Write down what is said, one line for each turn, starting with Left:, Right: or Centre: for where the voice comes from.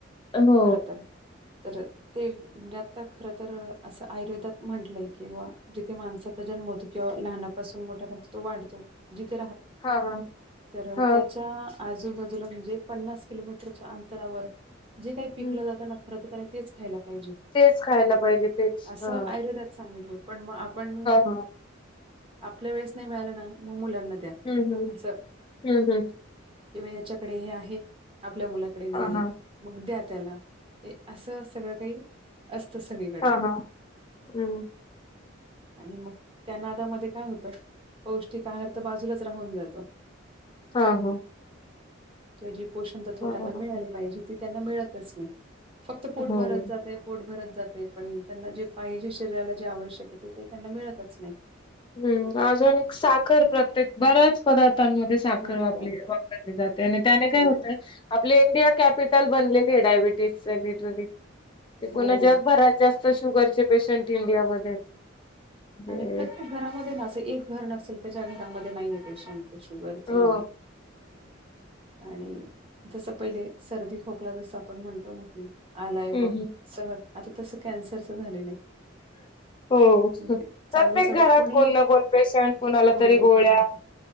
Left: हो
Right: खरं तर. तर ते म्हणजे आता खर तर असं आयुर्वेदात म्हटलंय किं बवा जिथे माणसाचा जन्म होतो. किंवा लहानापासून मोठ्यापर्य तो वाढतो. जिथ
Left: हा हा
Right: तर
Left: हा
Right: त्याच्या आजूबाजूला म्हणजे पन्नास किलोमीटरच्या अंतरावर जे काही पिकलं
Left: हम्म
Right: जातना खर तर त्याने तेच खायला पाहिजे.
Left: तेच खायला पाहिजे. तेच.
Right: असं
Left: ह
Right: आयुर्वेदात सांगितले आहे. पण मग आपण
Left: हा
Right: आपल्या वेळेस नाही मिळालं ना मुलांना द्या
Left: हम्म हम्म
Right: अस.
Left: हम्म हम्म
Right: किंवा याच्याकडे हे आहे,, आपल्या मुलाकडे नाहीय,
Left: हा हा
Right: मग द्या त्यांला. असं सगळं काही असतं सगळीकडे.
Left: हा हा हम्म
Right: आणि मग त्या नादामध्ये काय होतं. पौष्टिक आहार तर बाजूलाच राहून जातो.
Left: हा हा
Right: किंवा जी पोषण तत्व
Left: बरोबर
Right: त्यांना मिळाली पाहिजे. ती त्यांना मिळतच नाही. फक्त पोट
Left: हो
Right: भरत जातय, पोट भरत जातय, पण त्यांना जे पाहिजे शरीराला जे आवश्यक आहे ते त्यांना मिळतच नाही.
Left: हम्म अजून एक साखर प्रत्येक बऱ्याच पदार्थ साखर
Right: हो,
Left: वापली वापरली जाते. आणि त्याने
Right: हो.
Left: काय होत आपली इंडिया कॅपिटल बनलेली आहे. डायबिटीज ते
Right: हो
Left: पुन्हा जगभरात जास्त शुगरचे पेशंट इंडियामध्ये आहेत. म्हणजे
Right: आणि प्रत्येक घरामध्ये ना, असे एक घर नसेल की ज्या घरामध्ये नाहीय पेशंट. शुगरच म्हणा
Left: हो
Right: काय आणि जस पहिले सर्दी खोकला जस आपण म्हणतो ना की आलाय
Left: हम्म
Right: बघ,
Left: हम्म
Right: सहज आता तस कॅन्सरच झालेलं आहे.
Left: हो.
Right: म्हणजे
Left: प्रत्येक
Right: चालू चालू
Left: घरात
Right: कोणी
Left: कोण ना कोण पेशंट, कुणाला
Right: कोणी
Left: तरी
Right: ना
Left: गोळ्या
Right: कोणी आहे